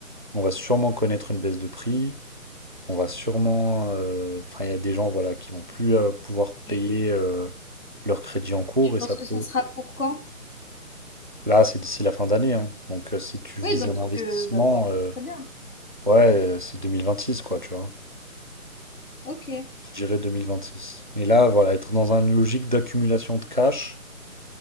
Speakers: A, on the right; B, on the left.
A: On va sûrement connaître une baisse de prix. On va sûrement. euh, Enfin, il y a des gens voilà, qui vont plus euh, pouvoir
B: Et
A: payer euh, leur crédit en cours
B: tu penses
A: et ça
B: que
A: peut.
B: ça sera pour quand?
A: Là, c'est d'ici la fin d'année. hein. Donc, euh, si tu vises
B: Oui, donc
A: un investissement,
B: euh, bah, c'est
A: euh,
B: très bien.
A: ouais, euh, c'est six quoi, tu vois.
B: Ok.
A: Je dirais deux mille vingt six Mais là, voilà, être dans une logique d'accumulation de cash,